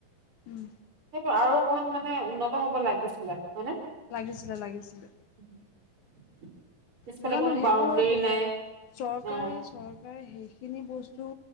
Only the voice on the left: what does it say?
উম।
লাগিছিলে, লাগিছিলে।
নাজানো
সেইবোৰত,
<inaudible>
চৰকাৰে
চৰকাৰে সেইখিনি বস্তু